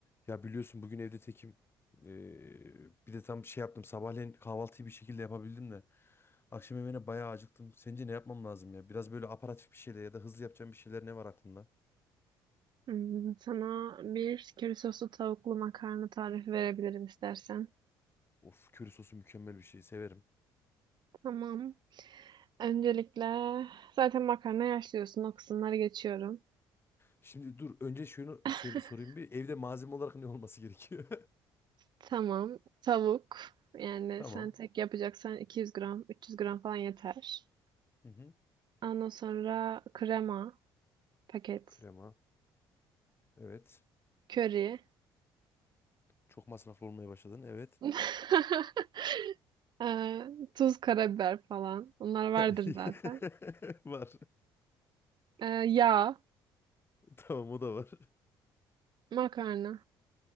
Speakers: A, on the left (about 25°); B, on the right (about 55°).
A: Ya biliyorsun bugün evde tekim. Ee, bir de tam şey yaptım. Sabahleyin kahvaltıyı bir şekilde yapabildim de. Akşam yemeğine bayağı acıktım. Sence ne yapmam lazım ya? Biraz böyle aparatif bir şeyler ya da hızlı yapacağım bir şeyler ne var aklında?
B: Hmm, sana bir köri soslu tavuklu makarna tarifi verebilirim istersen.
A: Of köri sosu mükemmel bir şey. Severim.
B: Tamam. Öncelikle zaten makarna yaşlıyorsun. O kısımları geçiyorum.
A: Şimdi dur önce şunu
B: <laughs>
A: söyle, sorayım bir. Evde malzeme olarak ne olması gerekiyor?
B: Tamam. Tavuk. Yani
A: <laughs> Tamam.
B: sen tek yapacaksan 200 gram, 300 gram falan yeter.
A: Hı hı.
B: Ondan sonra krema paket.
A: Krema. Evet.
B: Köri.
A: Çok masraflı olmaya başladın. Evet.
B: <laughs> Ee, tuz, karabiber falan. Bunlar vardır
A: <laughs>
B: zaten.
A: Var.
B: Ee, yağ,
A: Tamam o da var.
B: makarna.